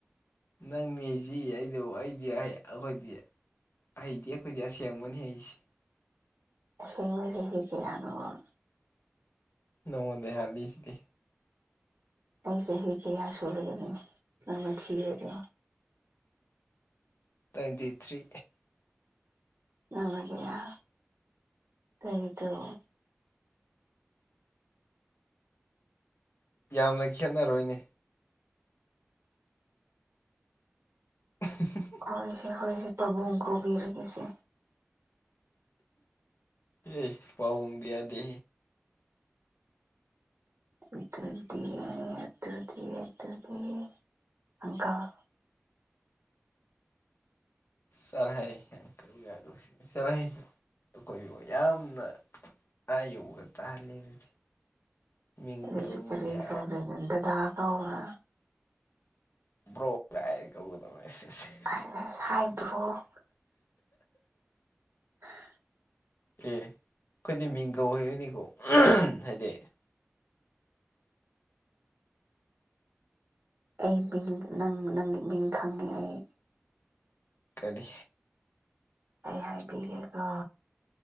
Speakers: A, on the left (about 65°); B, on the right (about 85°).
A: ꯅꯪꯅꯤ ꯑꯩꯗꯣ ꯑꯩꯗꯤ ꯑꯩꯈꯣꯏꯗꯤ ꯑꯩꯗꯤ ꯑꯩꯈꯣꯏꯗꯤ ꯑꯁꯦꯡꯕꯅꯤ ꯍꯥꯏꯁꯤ
B: ꯑꯁꯦꯡꯕꯕꯁꯤꯦꯗꯤ ꯀꯌꯥꯅꯣ <unintelligible>
A: ꯅꯥꯉꯣꯟꯗꯩꯩ ꯍꯜꯂꯤꯁꯤꯗꯤ
B: ꯅꯪ ꯆꯍꯤ ꯀꯌꯥ ꯁꯨꯔꯒꯅꯦ ꯅꯪꯅ ꯊꯤꯕꯗ
A: ꯇ꯭ꯋꯏꯦꯟꯇꯤ ꯊ꯭ꯔꯤ
B: ꯅꯅꯥꯒ ꯇꯣ <unintelligible>
A: ꯌꯥꯝꯅ ꯈꯦꯠꯅꯔꯣꯏꯅꯦ <inaudible>
B: ꯍꯣꯏꯁꯦ ꯍꯣꯏꯁꯦ ꯄꯥꯕꯨꯡ ꯀꯧꯕꯤꯔꯒꯦꯁꯦ
A: ꯑꯦ ꯄꯥꯕꯨꯡꯗꯤ ꯌꯥꯗꯦ
B: ꯑꯗꯨꯗꯤ ꯑꯗꯨꯠꯗꯤ ꯑꯗꯨꯠꯗꯤ ꯑꯟꯀꯜ
A: ꯆꯠꯂꯍꯩ ꯑꯡꯀꯜꯒ ꯀꯧꯁꯟꯗꯅ ꯆꯠꯂꯥꯍꯩ ꯑꯈꯣꯏꯕꯨ ꯌꯥꯝꯅꯥ ꯑꯥ ꯌꯧꯕꯒꯥ ꯇꯜꯂꯦ ꯑꯗꯨꯗꯤ ꯃꯤꯡ
B: ꯑꯗꯨꯗꯤ
A: ꯀꯧꯅꯒ
B: ꯀꯔꯤ ꯀꯧꯗꯣꯏꯅꯣ ꯗꯥꯗꯥ ꯀꯧꯔꯣꯔꯥ
A: ꯭ꯔꯣꯒꯥꯏ ꯀꯕꯨꯗ ꯃꯁꯁ <unintelligible>
B: ꯍꯥꯏꯗꯁ ꯍꯥꯏꯗ꯭ꯔꯣ <unintelligible> ꯑ <inaudible>
A: ꯑꯦ ꯑꯩꯈꯣꯏꯗꯤ ꯃꯤꯡꯒꯧ <unintelligible>
B: ꯑꯩ ꯃꯤꯡ ꯅꯪ ꯅꯪꯒꯤ ꯃꯤꯡ ꯈꯪꯉꯦ ꯑꯩ
A: ꯀꯔꯤ
B: ꯑꯩ ꯍꯥꯏꯒ